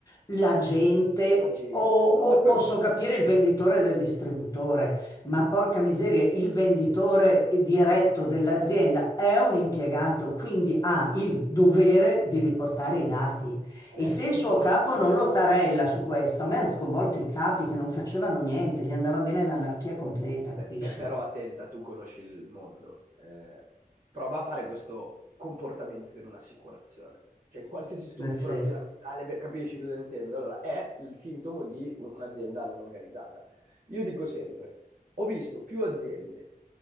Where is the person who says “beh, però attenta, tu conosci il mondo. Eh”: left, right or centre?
Right